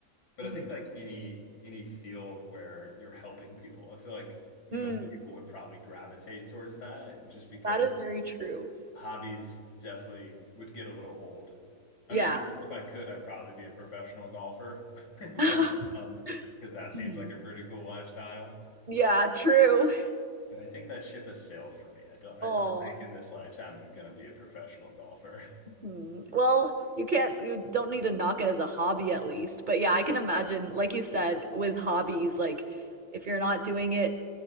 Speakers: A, on the left (about 70°); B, on the right (about 35°).
A: But
B: Mhm.
A: I think like any any field where you're helping people, I feel like most
B: Mm,
A: people would probably gravitate towards that just because
B: that is very true.
A: hobbies definitely would get a little old. I
B: Yeah.
A: mean, if I could, I'd probably be a professional golfer, <laughs> but
B: <laughs>
A: um, because that
B: Mhm.
A: seems like a pretty cool lifestyle.
B: Yeah, true.
A: But I think that ship has sailed for me. I don't I
B: Oh,
A: don't think in this lifetime I'm gonna be a professional golfer.
B: Hmm. Well, you can't, you don't need to knock it as a hobby at least. But yeah, I can imagine, like you said, with hobbies, like if you're not doing it,